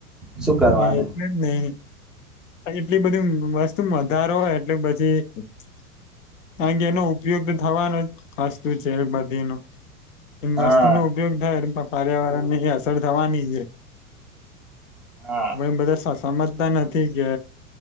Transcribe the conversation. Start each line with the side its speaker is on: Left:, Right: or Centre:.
Centre: શું કરવાનું
Left: હા, એટલે જ નહી એટલી બધી વસ્તુ વધારો હોય એટલે પછી-આ કેે એનો ઉપયોગ થવાનો વસ્તુ છે બધી ન. એમ
Centre: હા
Left: વસ્તુ નો ઉપયોગ થાય એપ્પ. પર્યાવરણ ની અસર થવાની છે.
Centre: હા
Left: હ બધારે સાચ સમજતા નથી કે